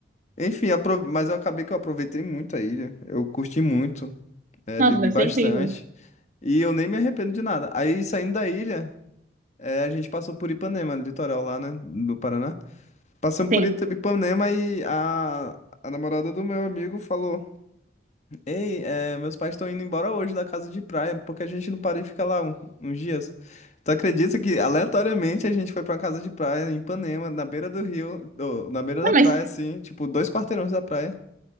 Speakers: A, on the left (about 40°); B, on the right (about 45°).
A: Enfim, apro- mas eu acabei que eu aproveitei muito a ilha. Eu curti muito, é,
B: Nossa,
A: bebi
B: deve
A: bastante.
B: ser incrível.
A: E eu nem me arrependo de nada. Aí, saindo da ilha, é, a gente passou por Ipanema, no litoral lá, né, do Paraná. Passamos
B: Sim.
A: por Ita- Ipanema e a, a namorada do meu amigo falou: Ei, é, meus pais estão indo embora hoje da casa de praia, porque a gente não para e fica lá um- uns dias. Tu acredita que aleatoriamente a gente foi pra uma casa de praia em Ipanema, na beira do rio, do- na beira
B: Tá,
A: da praia,
B: mas,
A: assim, tipo, dois quarteirões da praia.